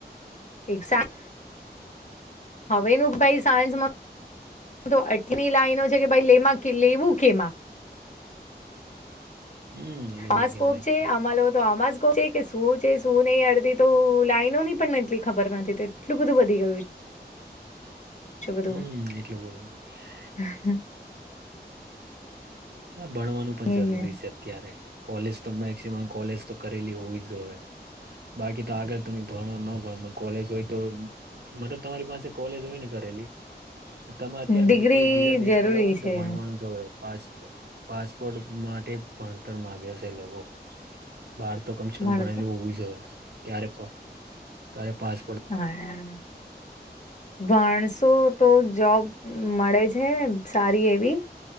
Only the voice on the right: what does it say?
હમ એટલે એવું
કેમ
હમ એટલું <unintelligible>
હા ભણવાનું પણ
જરૂરી
છે. અત્યારે કોલેજ તો મેક્સિમમ કોલેજ તો કરેલી હોવી જોઈએ. બાકી તો આગળ તમે ભણો ન ભણો પણ કોલેજ હોય તો મતલબ તમારી પાસે કોલેજ હોય ને કરેલી તમે અત્યારે
બી કોઈ બીજા દેશમાં
જાવું હોય ને
તો પાસપ પાસપોર્ટ માટે ભણતર માગે છે એ લોકો. બાર તો કમ સે કમ
ભણેલું હોવું જોઈએ ત્યારે પણ
<unintelligible>